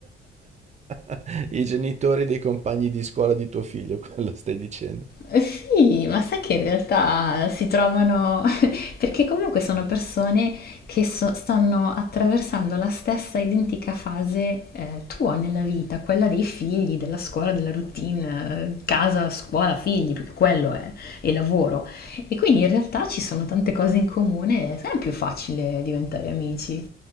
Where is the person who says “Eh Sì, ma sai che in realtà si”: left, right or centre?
Left